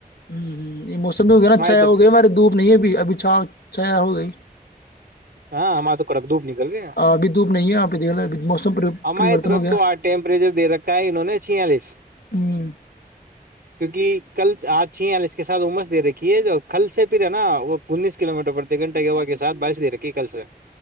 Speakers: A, on the left; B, on the right.
A: ہوں ہ یہ موسم بھی ہو گیا نا چھایا
B: تو
A: ہو گئی ہمارے دھوپ نہیں ابھی ابھی چھا چھایا ہو گئی
B: ہاں ہمارے تو کڑک دھوپ نکل گئے
A: ابھی دھوپ نہیں ہے یہاں پہ دیکھ لو ابھی موسم
B: ہماری
A: پریورتن
B: طرف
A: ہو گیا
B: تو آ ٹیمپریچر دے رکھا ہے انہوں نے چھیالیس
A: ہ
B: کیونکہ کل آج چھی اس کے ساتھ عمس دے رکھی ہے جو کل سے پھر ہے نا وہ انیس کلو میٹر پر گھٹہ گ ہوا کے سھ بارش دے رکھی ہے کیلس رہے